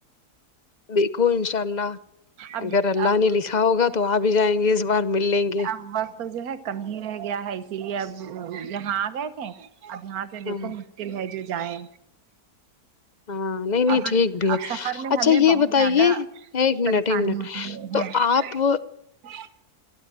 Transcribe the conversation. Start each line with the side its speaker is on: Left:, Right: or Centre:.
Left: دیکھو انشاء اللہ
Right: اب
Left: اگر اللہ
Right: اب
Left: نے لکھا ہوگا تو آ بھی جائیں گے اس بار مل لیں گے
Right: ہمارے پاس جو ہے کم ہی رہ گیا ہے اسی لیے اب یہاں آ گئے تھے اب یہاں سے دیکھو
Left: ہاں
Right: دل ہے جو جائیں
Left: ہاں نہیں نہیں
Right: اب
Left: ٹھیک بھی ہے
Right: اب سفر میں
Left: اچھا
Right: ہمیں
Left: یہ
Right: بہت
Left: بتائیے
Right: زیادہ
Left: ایک منٹ
Right: پریشانی
Left: ایک منٹ
Right: ہوتی <unintelligible>
Left: تو آپ